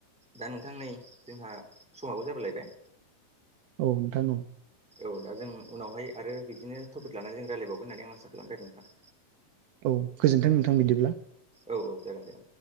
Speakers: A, in the centre; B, on the right.
A: दा नोंथां नै जोंहा समाबो जाबो लायबाय
B: औ नोंथां औ
A: औ दा जों उनावहाय आरो बिदिनो टपिक लानानै जों रायलायबावगोन होन्नानै आं आसा खालामदों आरो नोंथां।
B: औ गोजोन्थों नोंथां बिदिब्ला
A: औ औ जागोन दे